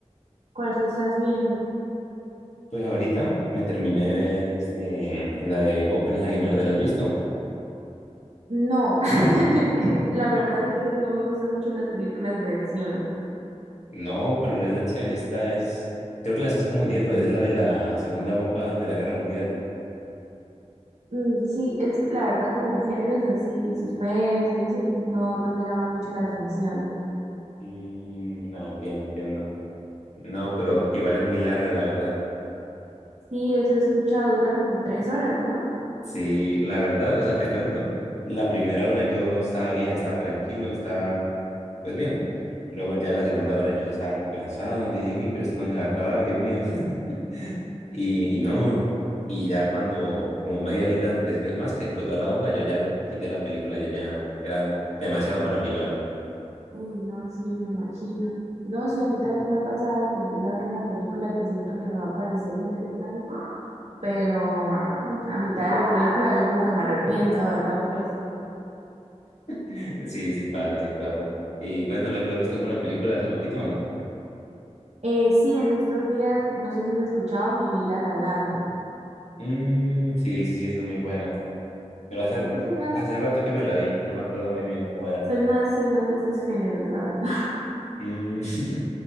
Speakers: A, on the right; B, on the left.
A: ¿Cuál te estás viendo?
B: Pues ahorita me terminé de ver este, la de Oppenheimer, ¿Te la has visto?
A: No, <laughs> la verdad es que no me gustan mucho las películas de acción.
B: No, pero no es de acción, esta es, creo que la estás confundiendo, es la de la segunda bomba de la guerra mundial.
A: Mm, sí, es que la verdad como géneros así, suspenso y eso, no, no me llaman mucho la atención.
B: Mm, no, entiendo, entiendo. No, pero igual es muy larga, la verdad.
A: Sí, eso he escuchado, dura como tres horas, ¿no?
B: Sí, la verdad, o sea, te cuento, la primera
A: Sí,
B: hora yo estaba bien, estaba tranquilo, estaba pues bien. Luego ya la segunda hora yo ya estaba como cansado, yo dije, uy, pero esto cuándo se va a acabar, Dios mío. <laughs> Y,
A: Sí.
B: y no, y ya cuando, como media horita después más que explotó la bomba, yo ya quité la película, ya, ya eran demasiado para mí, la verdad.
A: Uy, no, sí, me imagino. No, sí, a mí también me ha pasado que empiezo a ver una película que siento que me va a parecer interesante, pero mm, a mitad de la película yo como que me arrepiento de haberla puesto.
B: <laughs> Sí, sí pasa, sí pasa. Y cuéntame, ¿tú has visto alguna película hace poquito o no?
A: Eh, sí, en estos días, no sé si has escuchado, me vi La La Land.
B: Mm, sí, sí, sí, esa es muy buena. Pero hace,
A: Sí,
B: r-
A: yo soy más,
B: hace rato que me la vi, no me acuerdo muy bien cómo era.
A: soy más, soy más de esos géneros, la verdad. <laughs>
B: Mm, <laughs>